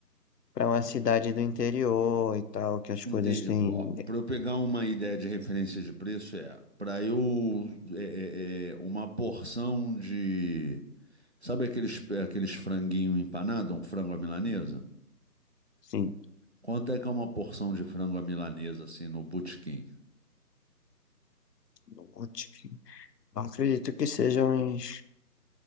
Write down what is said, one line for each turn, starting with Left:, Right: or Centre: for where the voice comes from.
Left: para uma cidade do interior e tal, que as
Right: Entendi.
Left: coisas têm,
Right: Para eu pegar uma ideia de referência de preço, é para eu é, é, é, uma porção de Sabe aqueles, aqueles franguinho empanado, um frango à milanesa?
Left: assim,
Right: Quanto é que é uma porção de frango à milanesa, assim, no botequim?
Left: eu te- eu acredito que sejam uns